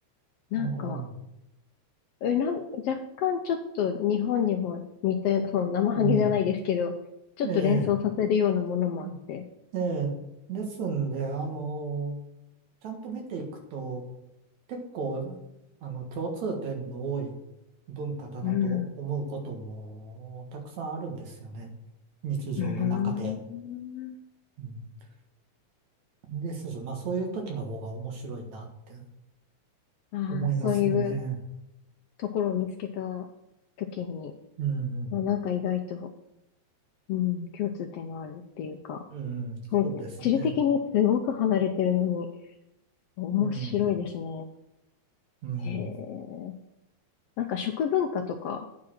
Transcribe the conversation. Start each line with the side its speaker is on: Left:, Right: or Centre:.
Left: なんか、
Right: うん。
Left: え、なん、若干ちょっと日本にも似たような、その生ハゲじゃないですけど、
Right: うん
Left: ちょっと連想させるようなものもあって、
Right: ええうんええ。ですんで、あの、ちゃんと見ていくと、結構、あの、共通点の多い文化だなと思うこともたくさんあるんですよね。
Left: うん。
Right: 日常の中で。
Left: うーん。
Right: うん、ですし、まあそういう時の方が面白いなって
Left: ああ、
Right: 思いますよね。
Left: そういうところを見つけた時に、
Right: うん、うん、
Left: まあなんか意外と、うん、共通点があるっていうか、
Right: うんそうですね。
Left: そう、地理的にすごく離れてるのに、面白いですね。
Right: うん、うん。
Left: へえ。なんか食文化とか、